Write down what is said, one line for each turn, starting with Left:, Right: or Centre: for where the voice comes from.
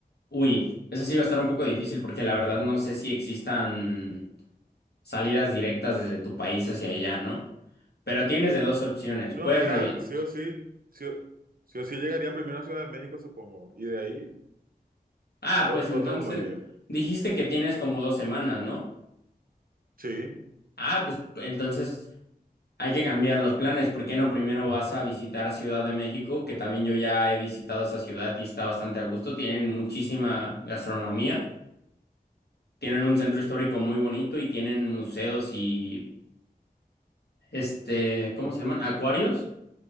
Left: Uy, eso sí va a estar un poco difícil porque la verdad no sé si existan salidas directas desde tu país hacia allá, ¿no? Pero tienes de dos opciones.
Right: No,
Left: Puedes
Right: llegar,
Left: revisar.
Right: sí o sí, sí, o sí o sí llegaría primero a Ciudad de México, supongo, y de ahí
Left: Ah,
Right: ot-
Left: pues entonces
Right: otro medio.
Left: dijiste que tienes como dos semanas, ¿no?
Right: Sí,
Left: Ah, pues entonces hay que cambiar los planes. ¿Por qué no primero vas a visitar a Ciudad de México? Que también yo ya he visitado esa ciudad y está bastante a gusto. Tienen muchísima gastronomía. Tienen un centro histórico muy bonito y tienen museos y este, ¿cómo se llaman? Acuarios